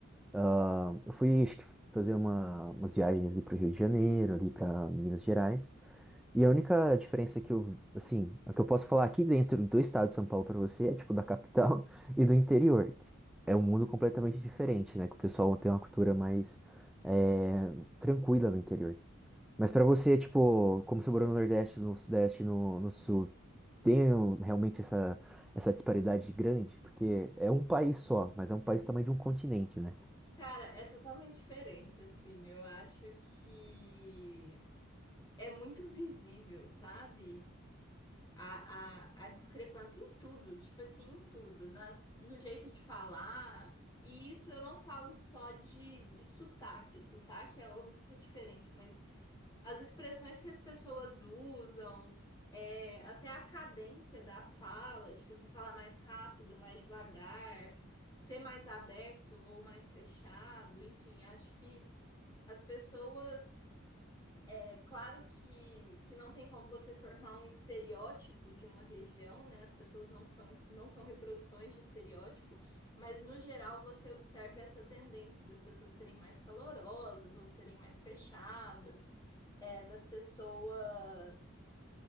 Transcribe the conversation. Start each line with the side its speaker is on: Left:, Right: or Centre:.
Centre: Ah, eu fui acho que, fazer uma, umas viagens ali para o Rio de Janeiro, ali para Minas Gerais. E a única diferença que eu, assim, a que eu posso falar aqui dentro do estado de São Paulo pra você é tipo da capital <laughs> e do interior, que é um mundo completamente diferente, né? Que o pessoal tem uma cultura mais é, tranquila no interior. Mas pra você, tipo, como você morou no Nordeste, no Sudeste, no, no Sul, tem um- realmente essa, essa disparidade grande? Porque é um país só, mas é um país também de um continente, né?
Left: Cara, é totalmente diferente, assim. Eu acho que é muito visível, sabe? a, a, a discrepância em tudo, tipo assim, em tudo, nas, no jeito de falar. E isso eu não falo só de, de sotaque. O sotaque é óbvio que é diferente, mas as expressões que as pessoas usam, é, até a cadência da fala, tipo assim, falar mais rápido, mais devagar, ser mais aberto ou mais fechado, enfim, acho que as pessoas. É claro que, que não tem como você formar um estereótipo de uma região, né? As pessoas não são, não são reproduções de estereótipo, mas no geral você observa essa tendência das pessoas serem mais calorosas ou serem mais fechadas, é, das pessoas,